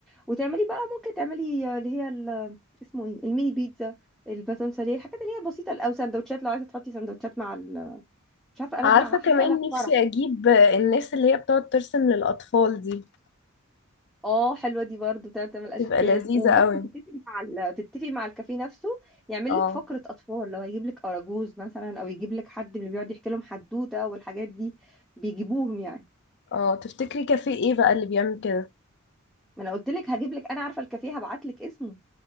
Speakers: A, in the centre; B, on the left.
A: وتعملي بقى ممكن تعملي اللي هي ال- اسمه ايه الميني بيتزا الباتون ساليه الحاجات اللي هي بسيطه او سندوتشات لو عايزه تحطي سندوتشات مع ال... مش عارفه قلبنا
B: عارفة
A: حاسه
B: كمان
A: قلب
B: نفسي
A: فرح
B: اجيب الناس اللي هي بتقعد ترسم للاطفال دي
A: اه حلوه دي برضو تعمل تعمل اشكال
B: تبقى لذيذة
A: وممكن
B: قوي
A: تتفقي مع ال... تتفقي مع الكافيه نفسه يعمل
B: اه
A: لك فقره اطفال لو هيجيب لك اراجوز مثلا او يجيب لك حد من اللي بيقعد يحكي لهم حدوته والحاجات دي بيجيبوهم يعني
B: اه تفتكري كافيه ايه بقى اللي بيعمل كده
A: ما انا قلت لك هجيب لك انا عارفه الكافيه هبعت لك اسمه